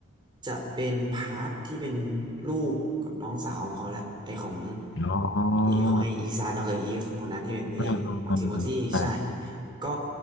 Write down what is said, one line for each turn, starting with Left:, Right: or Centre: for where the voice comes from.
Right: จะเป็นพาร์ทที่เป็นลูกกับน้องสาวของเขาแหละไอของ
Left: อ๋อ
Right: ไอของไออีซานเอากับอีฟคนนั้นที่เป็นพระเอกอะของทิโมธีใช่
Left: อืมอืมอืมครับ
Right: ก็